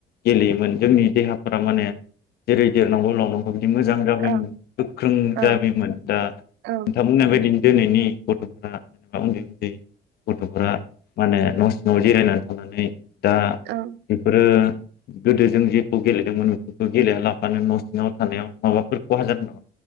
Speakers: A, on the left; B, on the right.
A: गेलेयोमोन जोंनि देहाफोरा माने जेरै नंगौ <unintelligible> मोजां जाबोयोमोन
B: ओं
A: गोख्रों जाबोयोमोन
B: ओं
A: दा नोंथांङा
B: ओं
A: बुंनाय बायद बिनि दोनैनि गथ'फोरा उन्दै उन्दै गथ'फोरा माने न न'आव जिरायनानै थांनानै दा
B: ओं
A: बेफोरो गोदो जों जेखौ गेलेदोंमोन बेफोरखौ गेले लाफानो न' सिङाव थानायाव माबाफोर खहा जादो